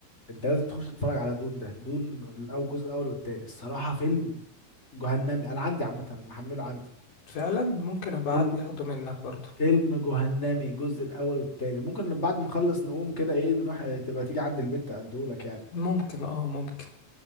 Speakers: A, on the left; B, on the left.
A: انت لازم تخش تتفرج على دون ده دون الاول جزء الاول والتاني الصراحه فيلم جهنمي انا عندي عامه محمله عندي
B: فعلا ممكن ابقى
A: فيلم
B: حد ياخده منك برضو
A: فيلم جهنمي الجزء الاول والتاني ممكن لما بعد ما اخلص نقوم كده ايه نروح تبقى تيجي عندي البيت اديهولك يعني
B: ممكن اه ممكن